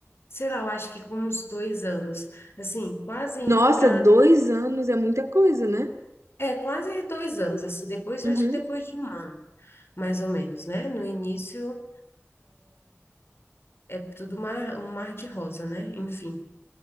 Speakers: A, on the left; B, on the right.
A: sei lá, eu acho que com uns dois anos, assim, quase indo
B: Nossa,
A: para,
B: dois anos é muita coisa, né?
A: é, quase dois anos, assim, depois,
B: Uhum.
A: acho que depois de um ano, mais ou menos, né? No início é tudo mar, um mar de rosa, né? Enfim.